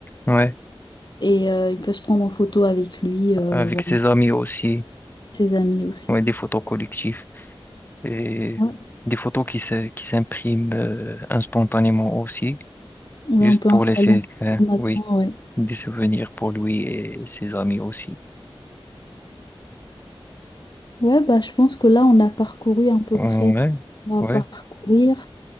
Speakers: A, on the left (about 20°); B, on the left (about 50°).
A: ouais,
B: et euh, il peut se prendre en photo avec lui euh,
A: avec
B: voilà
A: ses amis aussi,
B: ses amis aussi
A: ouais, des photos collectives et
B: ouais,
A: des photos qui se- qui s'impriment euh, instantanément aussi,
B: Ouais,
A: juste
B: on peut
A: pour
B: installer
A: laisser,
B: un
A: euh,
B: photomaton
A: oui,
B: ouais
A: des souvenirs pour lui et ses amis aussi.
B: ouais bah je pense que là on a parcouru à peu
A: Ouais,
B: près tout ce qu'on va
A: ouais,
B: parcourir